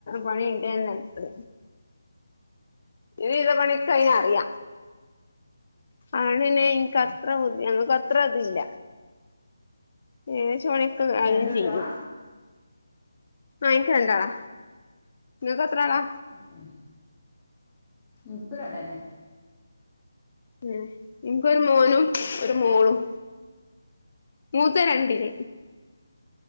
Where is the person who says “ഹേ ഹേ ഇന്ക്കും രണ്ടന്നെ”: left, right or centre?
Left